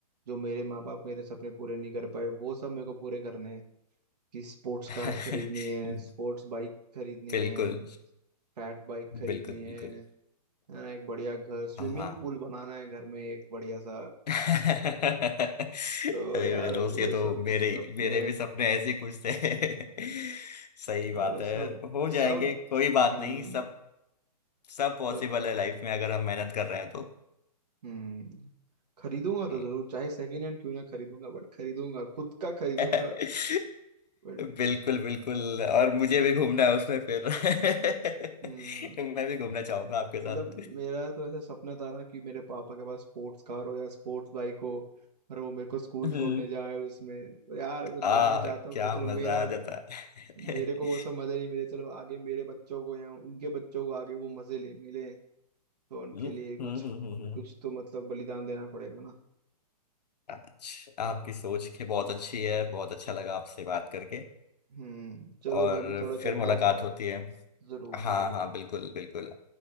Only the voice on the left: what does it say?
<laughs>
बिल्कुल
बिल्कुल
बिल्कुल
हाँ
<laughs> अरे
मेरे दोस्त
ये तो
मेरे
मेरे भी सपने ऐसे ही कुछ थे <laughs> सही बात
है हो
जाएंगे कोई बात
नहीं सब सब पॉसिबल
है लाइफ में अगर हम मेहनत कर रहे हैं तो
हम्म।
<laughs>
बिल्कुल बिल्कुल और मुझे भी घूमना है उसमें फिर <laughs>
मैं भी घूमना चाहूंगा आपके
साथ
हम्म,
आ
क्या
मजा
आ जाता
<laughs>
हम्म,
हम्म, हम्म, हम्म।
अच्छा आपकी सोच के बहुत अच्छी है बहुत अच्छा लगा आपसे बात करके
और
फिर
मुलाकात
होती है
हाँ
हाँ बिल्कुल बिल्कुल